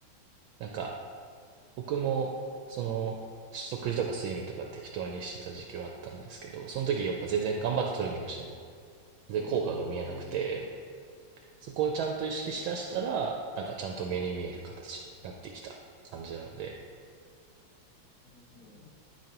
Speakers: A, on the right; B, on the left.
A: なんか、僕も、その、食事とか睡眠とか適当にしてた時期はあったんですけど、その時やっぱ全然頑張ってトレーニングしても、全然効果が見えなくて、
B: ああ、なる
A: そこをちゃんと意識しだしたら、なんかちゃんと目に見える形になってきた感じなので、
B: ほど。